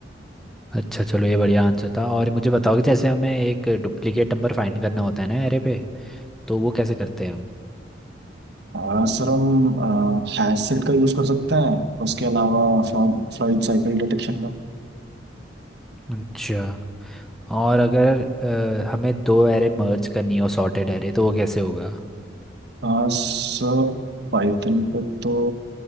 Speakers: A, in the centre; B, on the right.
A: अच्छा चलो ये बढ़िया आंसर था और मुझे बताओ कि जैसे हमें एक डुप्लीकेट नंबर फाइंड करना होता है ना एरे पे तो वो कैसे करते हैं हम
B: हाँ सर हम हैंडसेट का यूज़ कर सकते हैं उसके अलावा फ्लॉइड साइकिल डिटेक्शन का
A: अच्छा और अगर अ, हमें दो एरे मर्ज करनी हो सॉर्टेड एरे तो वो कैसे होगा
B: हाँ सर पाइथन पे तो